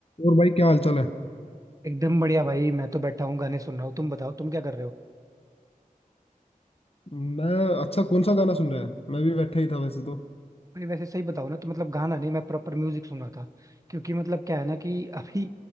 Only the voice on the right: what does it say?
एकदम बढ़िया भाई मैं तो बैठा हूँ गाने सुन रहा हूँ तुम बताओ तुम क्या कर रहे हो
नहीं वैसे सही बताओ ना तो मतलब गाना नहीं मैं प्रॉपर म्यूजिक सुन रहा था क्योंकि मतलब क्या है ना कि <laughs> अभी